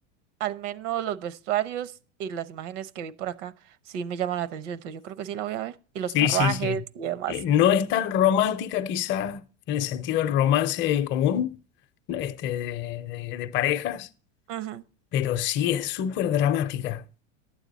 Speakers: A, on the right; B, on the left.
A: al menos los vestuarios y las imágenes que vi por acá sí me llaman la atención, entonces yo creo que sí la voy a ver. Y los
B: Sí,
A: carruajes
B: sí, sí.
A: y demás.
B: Eh, no es tan romántica quizá en el sentido del romance común, este, de, de- de parejas,
A: Ajá.
B: pero sí es súper dramática,